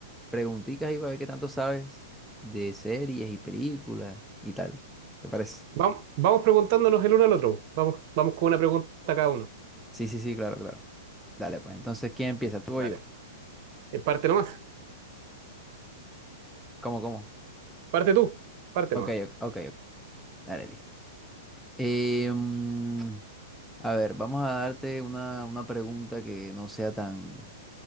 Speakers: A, in the centre; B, on the right (about 50°).
A: preguntitas y para ver qué tanto sabes de series y películas y tal. ¿Te parece?
B: Vamos, vamos preguntándonos el uno al otro. Vamos, vamos con una pregunta cada uno.
A: Sí, sí, sí, claro, claro. Dale, pues entonces, ¿quién empieza? ¿Tú
B: Dale.
A: o yo?
B: Eh, Parte nomás.
A: ¿Cómo, cómo?
B: Parte tú. Parte
A: Ok,
B: nomás.
A: ok, ok. ok. Dale, listo. Eh, mm, a ver, vamos a darte una, una pregunta que no sea tan,